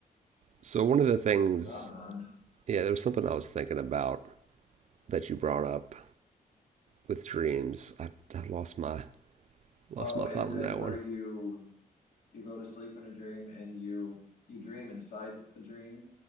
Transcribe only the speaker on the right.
so one of the things,
yeah, there was something I was thinking about that you brought up with dreams. I, I lost my lost
my
thought
on that
one.